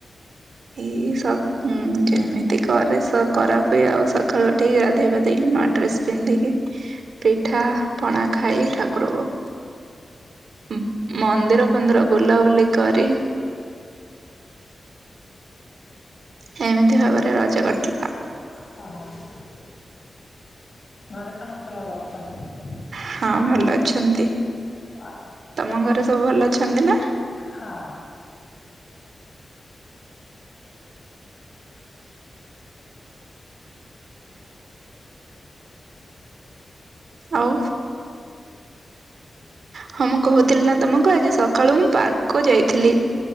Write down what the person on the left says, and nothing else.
ହଁ ଏଥର ଘରେ ସମସ୍ତେ ଭଲ ଅଛନ୍ତି?
ହଁ।
ହଁ।